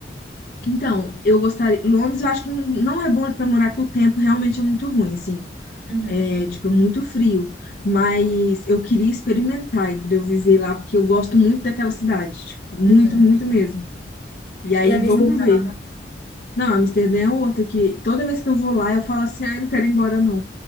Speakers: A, on the left; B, on the left.
A: Então, eu gostaria. Londres, eu acho que não é bom pra morar, que o tempo realmente é muito ruim, assim.
B: Uhum.
A: É, tipo, é muito frio. Mas eu queria experimentar, entendeu? Viver lá, porque eu gosto muito daquela cidade. Tipo, muito,
B: Uhum.
A: muito mesmo. E aí,
B: E Amsterdã?
A: vamos ver. Não, Amsterdã é outra que toda vez que eu vou lá, eu falo assim: ah, eu não quero ir embora, não.